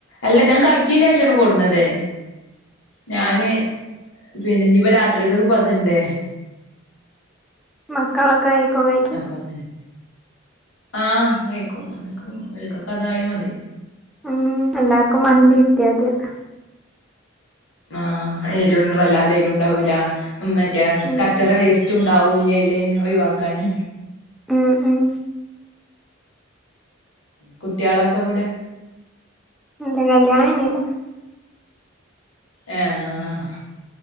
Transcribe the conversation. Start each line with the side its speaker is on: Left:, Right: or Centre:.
Left: അല്ല ഞാൻ കയ്ച്ചീന്റെ ശേഷാണ് കൊടുന്നത് ഞാന് പിന്നെ ഇനിയിപ്പോ രാത്രികൊക്കെ ഇപ്പ അതിണ്ട്
Centre: മക്കളൊക്കെ കയിക്കോ കയില്
Left: അപ്പൊ അങ്ങനെ ആഹ് കഴിക്കും മക്കൾകൊക്കെ അതായ മതി
Centre: മ്മ് എല്ലാർക്കും മന്തി കിട്ടിയ മതിയല്ലോ
Left: ആഹ് എരു ഒന്നും വല്ലാതെ എരുണ്ടാവൂല മറ്റേ
Centre: ഉം
Left: കച്ചറ വേസ് റ്റും ഉണ്ടാവൂല്ലയ്ല് ഒഴിവാക്കാന്
Centre: ഉം ഉം
Left: കുട്ടിയാളക്കെ എവ്ടെ
Centre: ഇല്ല കല്യാണം കേയ്നില്ലാ
Left: ഏഹ് ആഹ്